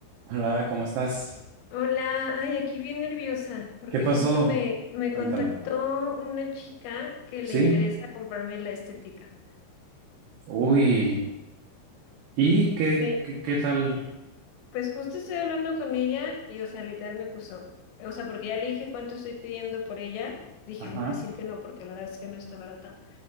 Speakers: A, on the right; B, on the left.
A: Hola, ¿cómo estás?
B: Hola, ay, aquí bien nerviosa, porque
A: ¿Qué pasó?
B: justo me, me
A: Cuéntame.
B: contactó una chica que
A: ¿Sí?
B: le interesa comprarme la estética.
A: Uy. ¿Y qué,
B: Sí,
A: qué, qué tal?
B: pues justo estoy hablando con ella y, o sea, literal me puso, o sea, porque ya le dije cuánto estoy pidiendo por ella, dije,
A: Ajá,
B: ay, me va a decir que no, porque la verdad es que no está barata.